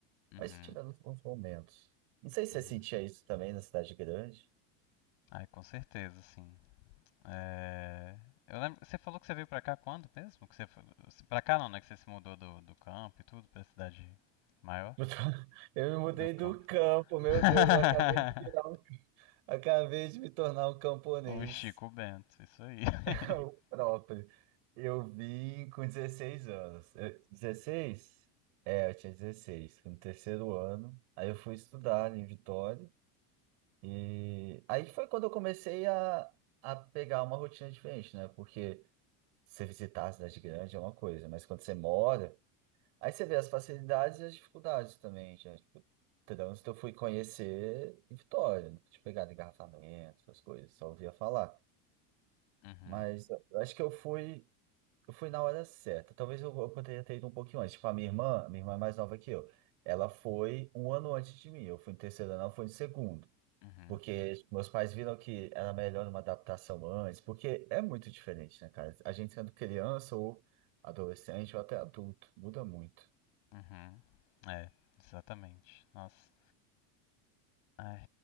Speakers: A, on the left (about 70°); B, on the right (about 70°).
A: Uhum,
B: Mas tivemos bons momentos. Não sei se
A: uhum.
B: você sentia isso também na cidade grande.
A: Ai, com certeza, sim. É, Eu lembro, você falou que você veio pra cá quando mesmo? Que você foi... Pra cá não, né? Que você se mudou do, do campo e tudo, pra cidade maior?
B: <laughs> Eu me mudei
A: Do campo.
B: do campo,
A: <laughs>
B: meu Deus, eu acabei de virar um, acabei de me tornar um camponês.
A: O Chico Bento, isso aí. <laughs>
B: <laughs> O próprio. Eu vim com 16 anos. Eu- 16? É, eu tinha 16, no terceiro ano. Aí eu fui estudar em Vitória. E aí foi quando eu comecei a, a pegar uma rotina diferente, né? Porque você visitar a cidade grande é uma coisa, mas quando você mora Aí você vê as facilidades e as dificuldades também, gente. Tipo, Trânsito eu fui conhecer em Vitória, não tinha pegado engarrafamento, essas coisas, só ouvia falar.
A: Uhum,
B: Mas eu acho que eu fui, eu fui na hora certa. Talvez eu, eu poderia ter ido um pouquinho antes. Tipo, a minha irmã, minha irmã é mais nova que eu. Ela foi um ano antes de mim. Eu fui em terceiro ano, ela foi em segundo.
A: uhum,
B: Porque tipo, meus pais viram que era melhor uma adaptação antes, porque é muito diferente, né, cara? A gente sendo criança ou adolescente ou até adulto, muda muito.
A: uhum. <laughs> É, exatamente. Nossa. Ai,